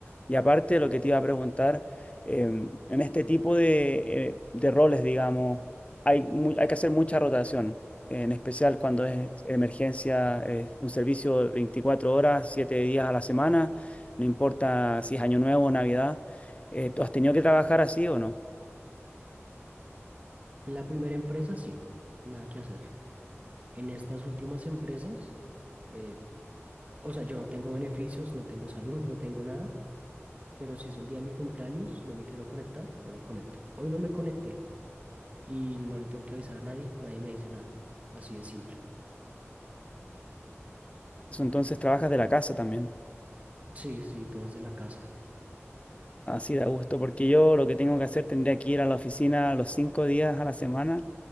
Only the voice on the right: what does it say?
En la primera empresa sí, nada que hacer. En estas últimas empresas, eh, o sea, yo no tengo beneficios, no tengo <laughs> salud, no tengo nada, pero si es el día de mi cumpleaños y no me quiero conectar, no me conecto. Hoy no me conecté y no le tengo que avisar a nadie, nadie me dice nada. Así de simple.
Sí, sí, todo es de la casa.